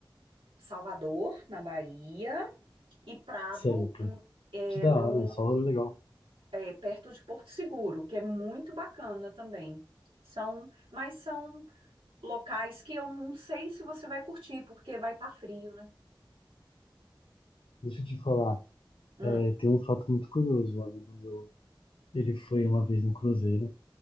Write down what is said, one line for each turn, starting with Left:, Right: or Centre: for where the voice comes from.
Right: Salvador, na Bahia, e Prado,
Left: certo?
Right: hum, é,
Left: Que da
Right: no
Left: hora, né? Só rolê legal.
Right: é, perto de Porto Seguro, que é muito bacana também. São, mas são locais que eu não sei se você vai curtir, porque vai estar frio, né?
Left: Deixa eu te falar,
Right: Hum,
Left: é, tem um fato muito curioso. Um amigo meu, ele foi uma vez no cruzeiro